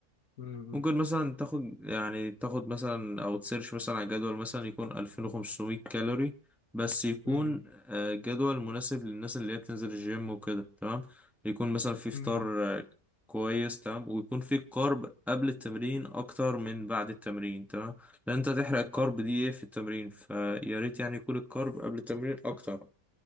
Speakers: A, on the left (about 65°); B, in the centre.
A: امم
B: ممكن مثلا تاخد يعني تاخد مثلا او تسيرش مثلا على جدول مثلا يكون 2500 كالوري بس يكون
A: امم
B: آه، جدول مناسب للناس اللي هي بتنزل الجيم وكده تمام يكون مثلا في فطار
A: امم
B: آه، كويس تمام ويكون في كارب قبل التمرين اكتر من بعد التمرين تمام لان انت هتحرق الكارب دي ايه في التمرين فيا ريت يعني يكون الكارب قبل التمرين اكتر